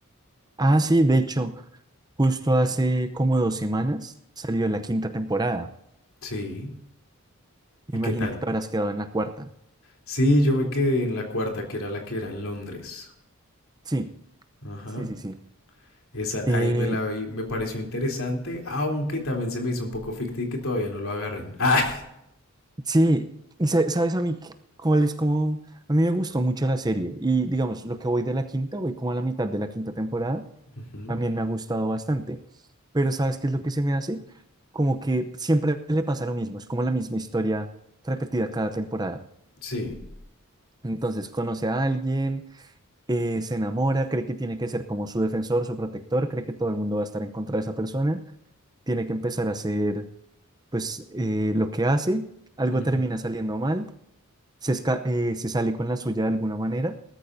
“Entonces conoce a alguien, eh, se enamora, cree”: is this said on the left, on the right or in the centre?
Right